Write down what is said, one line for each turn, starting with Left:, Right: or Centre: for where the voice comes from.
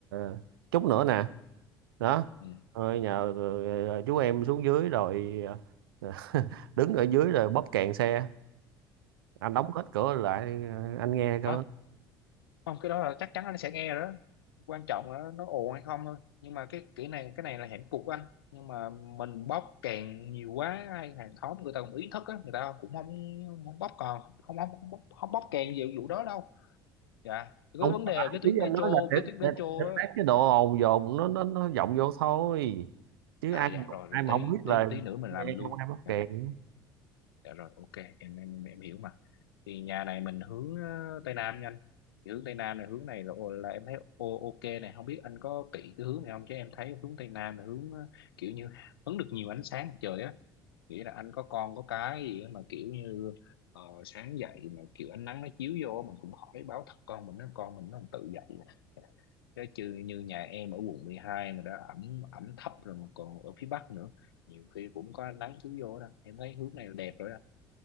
Right: ờ, chút nữa nè đó
Left: ừ
Right: ờ, nhờ ờ, chú em xuống dưới rồi ờ, <laughs> đứng ở dưới rồi bóp kèn xe anh đóng hết cửa lại ờ, anh nghe cơ
Left: ừ không cái đó là chắc chắn anh sẽ nghe rồi đó quan trọng là nó ồn hay không thôi nhưng mà cái kỹ này cái này là hạnh cục của anh nhưng mà mình bóp càng nhiều quá hay hàng xóm người ta cũng ý thức á người ta cũng không không bóp còn không không không, bóp không bóc càng nhiều vụ đó đâu dạ
Right: không
Left: cái vấn
Right: phải
Left: đề là cái
Right: ý
Left: tuyến metro
Right: anh nói là để
Left: cái tuyến metro
Right: để, để
Left: á
Right: tắt cái độ ồn dồn nó nó nó vọng vô thôi chứ
Left: à
Right: ai
Left: dạ rồi rồi
Right: ai mà
Left: tí
Right: không biết là
Left: tí tí nữa mình
Right: mày
Left: làm luôn
Right: không ai bóp
Left: Dạ.
Right: kèn
Left: dạ rồi ok em em em hiểu mà thì nhà này mình hướng ờ, tây nam nha anh Thì hướng tây nam này hướng này là là em thấy ô ok này không biết anh có kỹ cái hướng này không chứ em thấy hướng tây nam là hướng ờ, kiểu như hứng được nhiều ánh sáng mặt trời á nghĩa là anh có con có cái gì á mà kiểu như ờ, sáng dậy mà kiểu ánh nắng nó chiếu vô mình cũng khỏi báo thức con mình nó con mình nó tự dậy chứ chứ như nhà em ở quận 12 mà đã ẩm ẩm thấp rồi mà còn ở phía bắc nữa nhiều khi cũng có ánh nắng chiếu vô đó em thấy hướng này là đẹp rồi đó